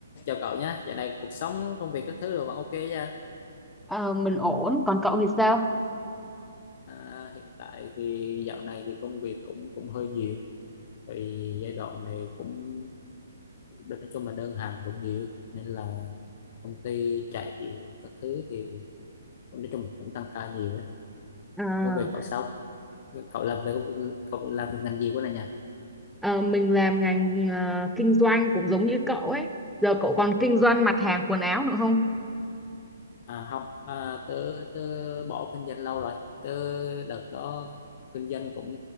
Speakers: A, on the left; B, in the centre.
A: Chào cậu nhé, dạo này cuộc sống, công việc các thứ đều vẫn ok nha.
B: Ờ, mình ổn, còn cậu thì sao?
A: À, hiện tại thì dạo này thì công việc cũng cũng hơi nhiều, thì giai đoạn này cũng nói chung là đơn hàng cũng nhiều, nên là công ty chạy các thứ thì cũng nói chung cũng tăng ca nhiều đấy.
B: À,
A: Công việc cậu sao? Cậu làm về công việc, cậu làm về ngành gì của này nhỉ?
B: à, mình làm ngành à, kinh doanh cũng giống như cậu ấy. Giờ cậu còn kinh doanh mặt hàng quần áo nữa không?
A: À không, à, tớ tớ bỏ kinh doanh lâu rồi. Tớ đợt đó kinh doanh cũng